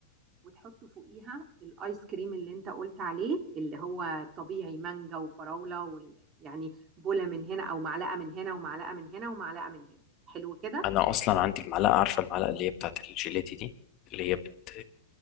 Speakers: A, on the right; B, on the left.
A: وتحط فوقيها الايس كريم اللي انت قلت عليه اللي هو طبيعي مانجا وفراولة وال... يعني بولة من هنا او معلقة من هنا ومعلقة من هنا ومعلقة من هنا حلو كده
B: انا اصلا عندي المعلقه عارفه المعلقه اللي هي بتاعت الجيلاتي دي اللي هي بت...